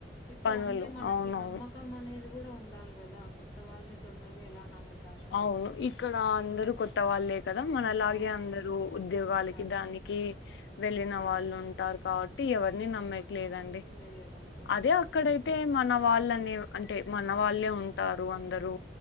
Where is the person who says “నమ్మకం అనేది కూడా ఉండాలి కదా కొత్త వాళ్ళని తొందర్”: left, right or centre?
Left